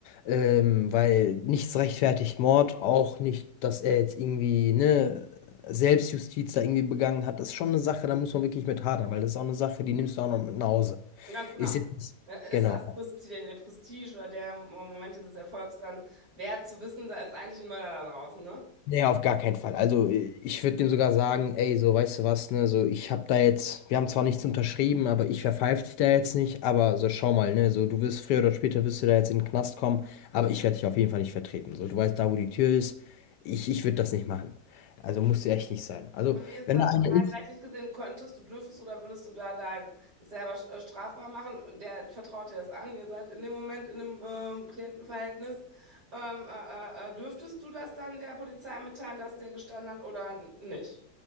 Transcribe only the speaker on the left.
Ähm, weil nichts rechtfertigt Mord, auch nicht, dass er jetzt irgendwie, ne, Selbstjustiz da irgendwie begangen hat. Das ist schon eine Sache, da muss man wirklich mit hadern, weil das ist auch eine Sache, die nimmst du auch noch mit nach Hause.
Ist jetzt nicht,
genau.
Nee, auf gar keinen Fall. Also äh, ich würde dem sogar sagen, ey, so weißt du was, ne, so ich hab da jetzt, wir haben zwar nichts unterschrieben, aber ich verpfeif dich da jetzt nicht, aber so schau mal, ne, so du wirst früher oder später wirst du da jetzt in den Knast kommen, aber ich werde dich auf jeden Fall nicht vertreten. So, du weißt da, wo die Tür ist, ich, ich würde das nicht machen. Also muss ja echt nicht sein. Also
wenn
da einer
ist,